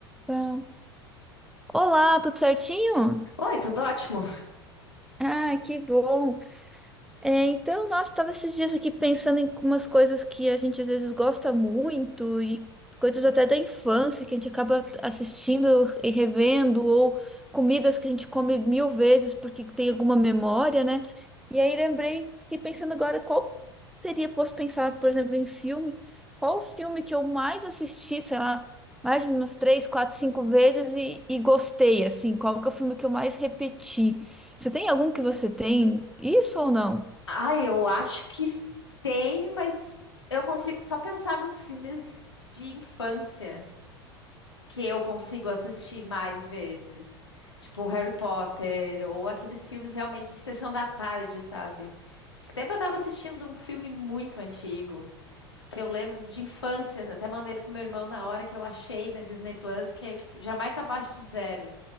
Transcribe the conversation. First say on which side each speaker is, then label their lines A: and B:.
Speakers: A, in the centre; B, on the left.
A: Tá. Olá, tudo certinho?
B: Oi, tudo ótimo?
A: Ah, que bom. É, então, nossa, estava esses dias aqui pensando em umas coisas que a gente às vezes gosta muito e coisas até da infância que a gente acaba assistindo e revendo, ou comidas que a gente come mil vezes porque tem alguma memória, né? E aí lembrei, fiquei pensando agora qual seria, posso pensar, por exemplo, em filme, qual o filme que eu mais assisti, sei lá, mais de umas três, quatro, cinco vezes e, e gostei, assim, qual que é o filme que eu mais repeti? Você tem algum que você tem isso ou não?
B: Ai, eu acho que tem, mas eu consigo só pensar nos filmes de infância que eu consigo assistir mais vezes. Tipo Harry Potter ou aqueles filmes realmente de sessão da tarde, sabe? Esse tempo eu tava assistindo um filme muito antigo, que eu lembro de infância, até mandei pro meu irmão na hora que eu achei na Disney Plus, que é tipo Jamaica Abaixo de Zero.